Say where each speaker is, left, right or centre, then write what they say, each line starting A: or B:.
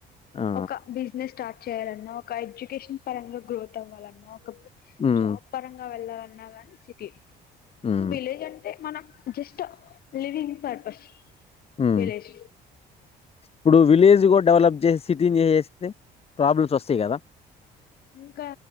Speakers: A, on the left; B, on the left.
A: ఆ!
B: ఒక బిజినెస్ స్టార్ట్ చేయాలన్నా ఒక ఎడ్యుకేషన్ పరంగా గ్రోత్ అవ్వాలన్నా ఒక
A: హ్మ్.
B: జాబ్ పరంగా వెళ్లాల న్న సిటీ
A: హ్మ్.
B: విలేజ్ అం టే మనకు జస్ట్ లివింగ్ పర్పస్
A: హ్మ్.
B: విలేజ్
A: ఇప్పుడు విలేజ్ కూడా డెవలప్ చేసి సిటీని చేసెస్తే ప్రాబ్లమ్స్ వస్తాయి కదా
B: ఇంకా